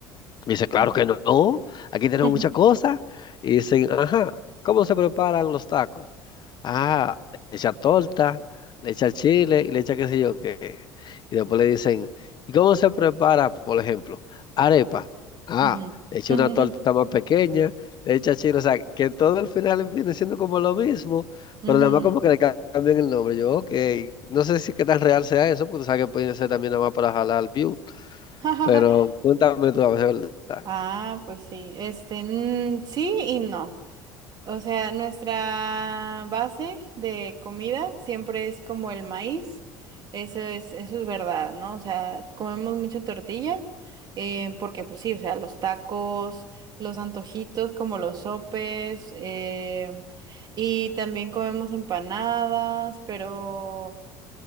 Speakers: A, on the left; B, on the right.
A: Y dice, claro
B: ujú,
A: que no, aquí tenemos
B: ujú,
A: muchas cosas. Y dicen, ajá, ¿cómo se preparan los tacos? Ah, le echa torta, le echa chile y le echa qué sé yo qué. Y después le dicen, ¿y cómo se prepara, por ejemplo, arepa? Ah,
B: ujú,
A: le echa
B: ujú,
A: una torta más pequeña, le echa chile, o sea, que todo al final viene siendo como lo mismo,
B: ujú.
A: pero nada más como que le ca- cambian el nombre. Yo, ok, no sé si qué tan real sea eso, porque tú sabes que puede ser también nada más para jalar view,
B: <laughs>
A: pero cuéntame tú a ver, ¿verdad?
B: Ah, pues sí, este, mm, sí y no. O sea, nuestra base de comida siempre es como el maíz. Eso es, eso es verdad, ¿no? O sea, comemos mucha tortilla, eh, porque pues sí, o sea, los tacos, los antojitos como los sopes, em, y también comemos empanadas, pero